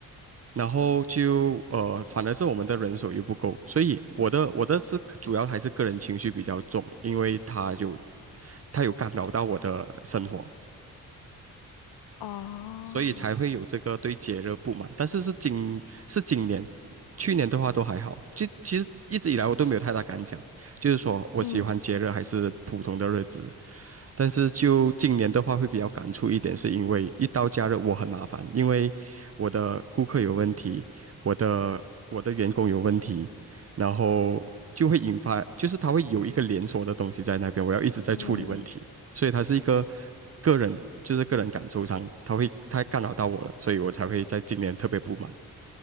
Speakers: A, on the right (about 40°); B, on the left (about 70°).
A: 然后就呃反而是我们的人手又不够，所以我的我的是主要还是个人情绪比较重，因为他就他有干扰到我的生活，
B: 哦，
A: 所以才会有这个对节日不满。但是是今是今年，去年的话都还好。就其实一直以来我都没有太大感想，就是说我喜欢节日还是普通的日子。
B: 嗯，
A: 但是就今年的话会比较感触一点，是因为一到假日我很麻烦，因为我的顾客有问题，我的我的员工有问题，然后就会引发，就是他会有一个连锁的东西在那边，我要一直在处理问题。
B: 嗯，
A: 所以他是一个个人，就是个人感受上，他会他干扰到我了，所以我才会在今年特别不满。